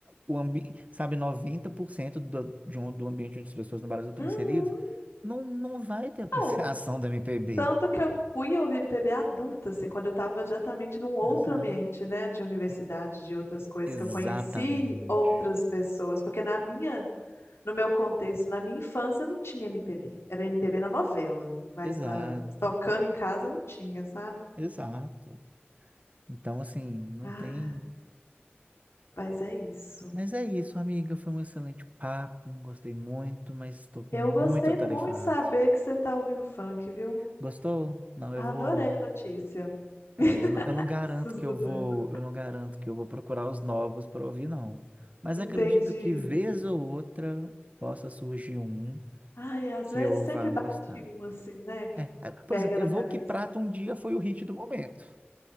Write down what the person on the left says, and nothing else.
Uhum.
Não,
Tanto que eu fui ouvir MPB adulta, assim, quando eu estava exatamente num outro
ambiente, né, de universidade, de outras coisas,
que eu conheci outras pessoas, porque na minha, no meu contexto, na minha infância não tinha MPB. Era MPB na novela, mas
na, tocando em casa não tinha, sabe?
Ah,
mas é isso.
Eu gostei
muito de saber que você tá ouvindo funk, viu?
Adorei
a notícia.
<laughs>
Essas
mudanças.
Entendi.
Ai, às
vezes
sempre
bate
um assim, né? Que
pega
na
cabeça.